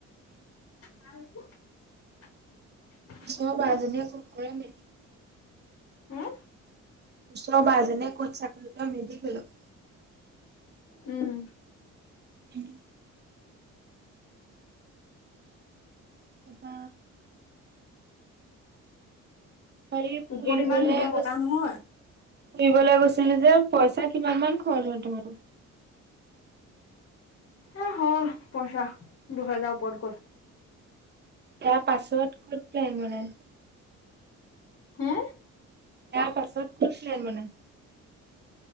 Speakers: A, on the left (about 50°); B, on the right (about 35°).
A: <unintelligible>
B: ওচৰ বাঁহ জনীয়ে ফন কৰে <unintelligible>
A: হা?
B: ওচৰ বাঁহ জনিয়ে ক'ত চাকৰি কৰে, মেডিকেলত?
A: উম।
B: উম। তাপা তহঁতি কি ফুৰিবলে
A: ওপৰত ইমান ধুনীয়া বতাহ
B: গৈছিলি?
A: নহয়।
B: ফুবলৈ গৈছিলছিলি যে পইচা কিমান মান খৰ হয় তোমাৰো?
A: এ হল পইচা দুহেজাৰ ওৰত গ'ল।
B: তাৰ পাছত ক'ত প্লেন বনাই
A: হা?
B: ইয়াৰ পাছত ক'ত প্লেন বনাইছ?